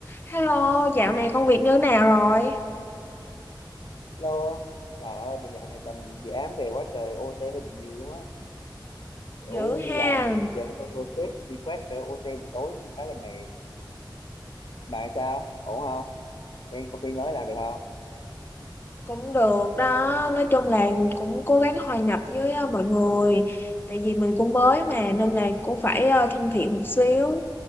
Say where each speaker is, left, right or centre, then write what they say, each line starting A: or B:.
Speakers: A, on the left (about 25°); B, on the left (about 80°).
A: Hello, dạo này công việc như thế nào rồi?
B: Lô, trời ơi, bây dạo này tầm dự án về quá trời OT hơi bị nhiều luôn á. Kiểu
A: Dữ
B: đi
A: ha,
B: làm giờ xong rồi sếp request phải OT buổi tối cũng khá là mệt. Bạn sao? Ổn không? Bên công ty mới làm được không?
A: cũng được đó. Nói chung là cũng cố gắng hòa nhập với ờ, mọi người. Tại vì mình cũng mới mà nên là cũng phải ờ, thân thiện một xíu.